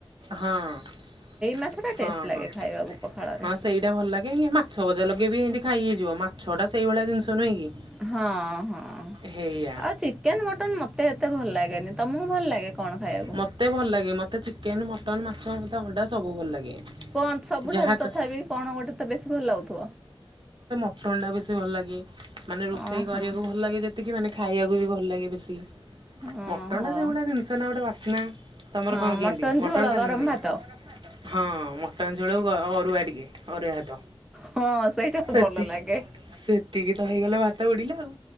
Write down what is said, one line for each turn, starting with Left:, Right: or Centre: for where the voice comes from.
Right: ହଁ-ହଁ-ହଁ-ହଁ
Centre: ମାଛଟା ଟେଷ୍ଟ ଲାଗେ ଖାଇବାକୁ ପଖାଳରେ
Right: ସେଇଟା ଭଲ ଲାଗେ ଇଏ ମାଛ ଭଜା ଲଗେଇ ବି ଏନ୍ତି ଖାଇ ହେଇଯିବ, ମାଛଟା ସେଇଭଳିଆ ଜିନଷ ନୁହେଁ କି?
Centre: ହଁ ହଁ
Right: ହେଇଆ
Centre: ଆଉ ଚିକେନ୍ ମଟନ୍ ମତେ ଏତେ ଭଲ ଲା ଗେନି, ତମକୁ ଭଲ ଲାଗେ କଣ ଖାଇବାକୁ
Right: ମତେ ଭଲ ଲାଗେ, ମତେ ଚି କେନ, ମଟନ, ମାଛ, ଅଣ୍ଡା ମତେ ସବୁ ଭଲ ଲାଗେ।
Centre: କଣ ସବୁଠାରୁ
Right: ଯାହା
Centre: ତଥାପି
Right: କ-
Centre: କଣ ଗୋଟେ ତ ବେଶୀ ଭଲ ଲାଗୁଥିବ?
Right: ଟନ୍ ଟା ବେଶୀ ଭଲ ଲାଗେ। ମାନେ ରୋଷେଇ
Centre: ଓହୋ
Right: କରିଆକୁ ଭଲ ଲାଗେ ଯେ ତିକି ମାନେ ଖାଇଆକୁ ବି ଭଲ ଲାଗେ ବେଶୀ।
Centre: ଓହୋ
Right: ମୋଟନ ଟା ସେହିଭଳିଆ ଜିନିଷ ନା ଗୋଟେ ବା ନା ତମର
Centre: ହଁ
Right: କଁ କେମତି
Centre: ମଟନ
Right: ମଟନଟା
Centre: ଝୋଳ ଗରମ
Right: ନା ନାଇଁ?
Centre: ଭାତ
Right: ହଁ ମଟନ ଝୋଳକୁ ଅ-ଅରୁଆ ଟିକେ। ଅରୁଆ ଭାତ,
Centre: ହଁ ସେଇଟା
Right: ସେତିକି
Centre: ଭଲ ଲାଗେ
Right: ସେତିକି ତ ହେଇଗଲେ ଭାତ ଉଡ଼ିଲା ଆଉ,